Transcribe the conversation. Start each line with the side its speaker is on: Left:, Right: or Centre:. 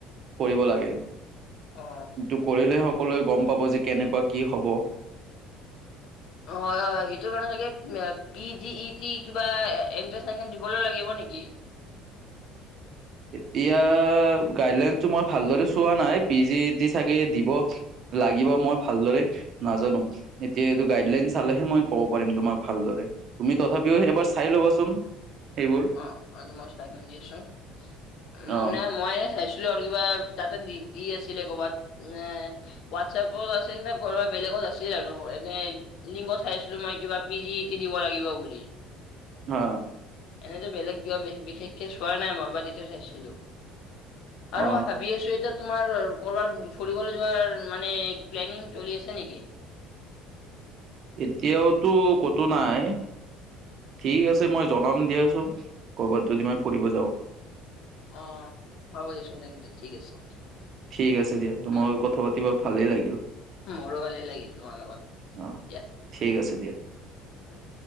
Right: কৰিব লাগে
Left: অ
Right: কিন্তু কৰিলে সকলোৱে গম পাব যে কেনেকুৱা কি হ'ব
Left: অ অ সেইটোৰ কাৰণে চাগে পি জি ই টি কিবা এণ্ট্ৰেন্স সেন্ত্ৰেঞ্চ দিবলৈ লাগিব ন নেকি
Right: <inaudible> এতিয়া গাইডলাইনটো মই ভালদৰে চোৱা নাই পি জি ই টি চাগে দিব লাগিব মই ভালদৰে নাজানো এতিয়া এইটো গাইডলাইন চালেহে মই ক'ব পাৰিম তোমাক ভালদৰে তুমি তথাপিও এবাৰ চাই ল'বাচোন সেইবোৰ
Left: অ অ মই চাই লম দিয়েচোন উ
Right: অ
Left: নে মই চাইছিলো আৰু কিবা তাতে দি দি আছিলে ক'বাত এ হোৱাটছএপত আছিল নে কৰ'বাত বেলেগত আছিল আৰু এনে লিংগত চাইছিলো মই কিবা পি জি ই টি দিব লাগিব বুলি
Right: অ
Left: এনেতো বেলেগ বিয়া বিশেষকে চোৱা নাই মই বা তেতিয়া চাইছিলো আৰু
Right: অ
Left: মই ভাবি আছো এতিয়া তোমাৰ কৰবাৰ ফুৰিবলৈ যোৱাৰ মানে প্লানিং চলি আছে নেকি
Right: এতিয়াওতো ক'তো নাই ঠিক আছে মই জনাম দিয়াচোন কৰ'বাত যদি মই ফুৰিব যাওঁ
Left: অ হ'ব যেচম ঠিক আছে
Right: ঠিক আছে দিয়া তোমাৰ
Left: উম,
Right: লগত কথা পাতিবা ভালেই লাগিল
Left: মোৰো ভালেই লাগিল তোমাৰ লগ লগত দিয়া
Right: অ
Left: ঠিক
Right: আছে
Left: আছে
Right: দিয়া